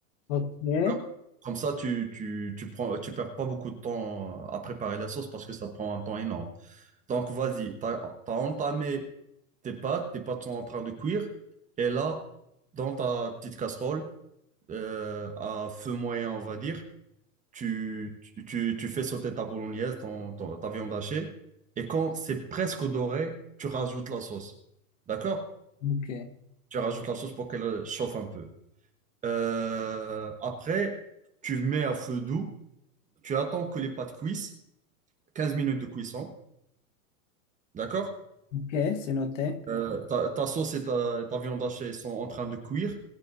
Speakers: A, on the left; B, on the right.
A: Ok. Mhm.
B: D'accord. Comme ça, tu, tu, tu prends, tu perds pas beaucoup de temps à préparer la sauce parce que ça prend un temps énorme. Donc, vas-y, tu as, entamé tes pâtes, tes pâtes sont en train de cuire, et là, dans ta petite casserole, euh, à feu moyen, on va dire, tu, tu, tu- tu fais sauter ta bolognaise, ton- ton- ta viande hachée, et quand c'est presque doré, tu rajoutes la sauce. D'accord?
A: Ok.
B: Tu rajoutes la sauce pour qu'elle chauffe un peu. Euh, après, tu mets à feu doux. Tu attends que les pâtes cuissent. 15 minutes de cuisson. D'accord?
A: Ok. C'est noté.
B: Euh, ta, ta sauce et ta, ta viande hachée sont en train de cuire.